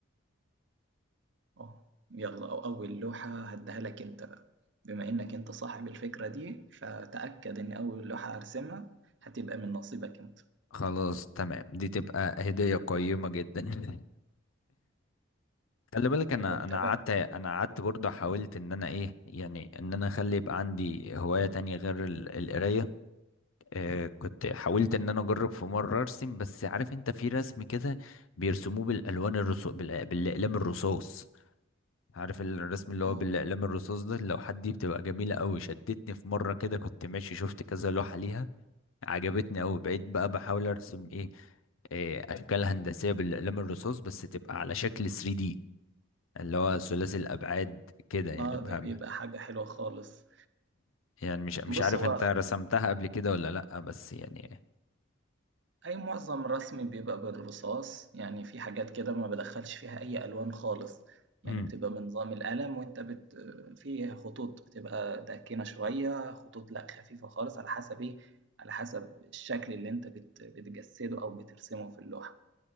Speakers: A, on the right; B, on the left.
A: أه يلا أو أول لوحة هديها لك أنت بقى بما إنك أنت صاحب الفكرة دي فتأكد إن أول لوحة هرسمها هتبقى من نصيبك أنت
B: خلاص تمام دي تبقى هدية قيمة جدا <laughs> خلي بالك انا
A: وأنت
B: انا
A: بقى
B: قعدت انا قعدت برضه حاولت ان انا ايه يعني ان انا اخلي يبقى عندي هواية تانية غير ال- القراية آه كنت حاولت ان انا اجرب في مرة ارسم بس عارف انت في رسم كده بيرسموه بالالوان الرصاص بالاقلام الرصاص عارف الرسم اللي
A: أه
B: هو بالاقلام الرصاص ده اللوحات دي بتبقى جميلة قوي شدتني في مرة كده كنت ماشي شفت كذا لوحة ليها عجبتني أوي بقيت بقى بحاول أرسم إيه إيه، اشكال هندسيه بالاقلام الرصاص بس تبقى على شكل 3D اللي هو ثلاثي الابعاد كده يعني
A: آه،
B: بقى
A: ده بيبقى حاجة حلوة خالص
B: يعني مش مش
A: بص
B: عارف
A: هو
B: انت رسمتها قبل كده ولا لا بس يعني
A: أي معظم رسمي بيبقى بالرصاص، يعني في حاجات كده ما بادخّلش فيها أي ألوان خالص، يعني
B: امم
A: بتبقى من نظام القلم وأنت بت في خطوط بتبقى داكنة شوية، خطوط لأ خفيفة خالص، على حسب إيه، على حسب الشكل اللي أنت بت بتجسّده أو بترسمه في اللوحة،